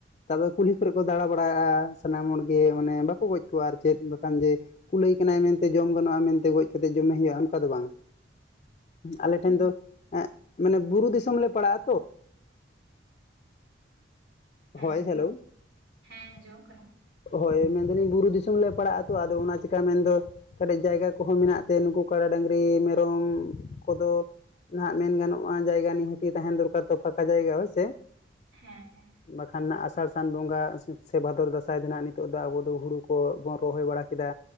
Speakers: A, on the left; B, on the right.
A: ᱛᱟᱯᱚᱨ ᱠᱩᱞᱦᱤ ᱠᱚᱨᱮ ᱠᱚ ᱫᱟᱬᱟ ᱵᱟᱲᱟᱭᱼᱟ, ᱥᱟᱱᱟᱢ ᱦᱚᱲ ᱜᱮ ᱢᱟᱱᱮ ᱵᱟᱠᱚ ᱜᱚᱡ ᱠᱚᱣᱟ ᱟᱨ ᱪᱮᱫ ᱵᱟᱠᱷᱟᱱ ᱡᱮ ᱡᱮ, ᱼᱼ ᱠᱩᱞᱟᱹᱭ ᱠᱟᱱᱟᱭ ᱢᱮᱱ ᱛᱮ ᱡᱚᱢ ᱜᱟᱱᱚᱜᱼᱟ ᱢᱮᱱ ᱛᱮ ᱜᱚᱡ ᱠᱟᱛᱮᱫ ᱡᱚᱢᱮ ᱦᱩᱭᱩᱜᱼᱟ ᱚᱱᱠᱟ ᱫᱚ ᱵᱟᱝ, ᱟᱞᱮ ᱴᱷᱮᱱ ᱫᱚ ᱦᱮᱸᱜ ᱢᱟᱱᱮ ᱵᱩᱨᱩ ᱫᱤᱥᱚᱢ ᱞᱮ ᱯᱟᱲᱟᱜ-ᱟ ᱛᱳ,
B: ᱦᱮᱸ
A: ᱦᱚᱭ
B: ᱦᱮᱸ
A: ᱦᱮᱞᱳ,
B: ᱦᱮᱸ ᱟᱸᱡᱚᱢᱚᱜ
A: <inaudible>
B: ᱠᱟᱱᱟ
A: ᱦᱚᱭ ᱢᱮᱱᱫᱟᱞᱤᱧ ᱵᱩᱨᱩ ᱫᱤᱥᱚᱢ ᱞᱮ ᱯᱟᱲᱟᱜ ᱟᱛᱚ ᱟᱫᱚ ᱚᱱᱟ ᱪᱤᱠᱟ ᱢᱮᱱᱫᱚᱼᱼ ᱠᱟᱴᱤᱡ ᱡᱟᱭᱜᱟ ᱠᱚᱦᱚᱸ ᱢᱮᱱᱟᱜ ᱛᱮ ᱱᱩᱠᱩ ᱠᱟᱰᱟ ᱰᱟᱝᱨᱤ ᱢᱮᱨᱚᱢ ᱠᱚᱫᱚ, ᱼᱼ ᱱᱟᱦᱟᱜ ᱢᱮᱱ ᱜᱟᱱᱚᱜᱼᱟ, ᱡᱟᱭᱜᱟ ᱱᱤᱦᱟᱹᱛᱤ ᱛᱟᱦᱮᱱ ᱫᱚᱨᱠᱟᱨ ᱛᱚ ᱯᱷᱟᱸᱠᱟ ᱡᱟᱭᱜᱟ ᱦᱳᱭᱥᱮ᱾
B: ᱦᱮᱸ ᱦᱮᱸ,
A: ᱵᱟᱠᱷᱟᱱ ᱱᱟᱜ ᱟᱥᱟᱲ ᱥᱟᱱ ᱵᱚᱸᱜᱟ ᱥᱮ ᱵᱷᱟᱫᱚᱨ ᱫᱟᱸᱥᱟᱭ ᱫᱚ ᱦᱟᱸᱜ ᱱᱤᱛᱚᱜ ᱫᱚ ᱟᱵᱚ ᱫᱚ ᱦᱩᱲᱩ ᱠᱚ ᱵᱚᱱ ᱨᱚᱦᱚᱭ ᱵᱟᱲᱟ ᱠᱮᱫᱟ᱾